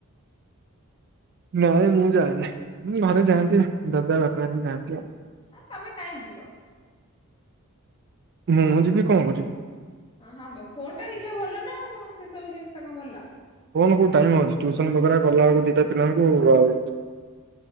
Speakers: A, on the right; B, on the left.
A: ନାଇଁ ମୁଁ ଯାଏନି ଘରେ ଯାଆନ୍ତିଆଉ ଦାଦାବାପା ଯାଆନ୍ତିଆଉ।
B: ନା ତମେ କାହିଁକି ଯିବ।
A: ମୁଁ ଯିବି କଣକରିବି।
B: ହ ହଁ ଫୋନ୍ ଟା ଦେଖିବା ଭଲନା ଆଉ ସେସବୁ ଜିନିଷ କଣ ଭଲ।
A: ଫୋନ କୋଉଠିଟାଇମ ହଉଛି ଟୁସନବଗେରା କଲାବେଳକୁ ଦିଟା ପିଲାଙ୍କୁ ଆଉ